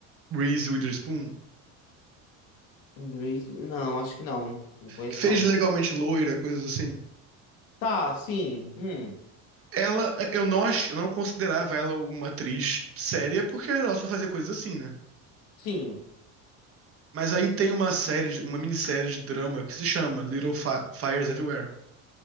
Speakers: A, on the right (about 35°); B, on the left (about 65°).
A: Reese Witherspoon?
B: Inglês? Não, acho que não. Não conheço,
A: Que fez
B: não.
A: legalmente loira, coisas assim?
B: Tá, sim. Hum,
A: Ela, eu não ach, eu não considerava ela uma atriz séria, porque ela só fazia coisas assim, né?
B: sim.
A: Mas aí tem uma série, uma minissérie de drama que se chama Little Fi- Fires Everywhere.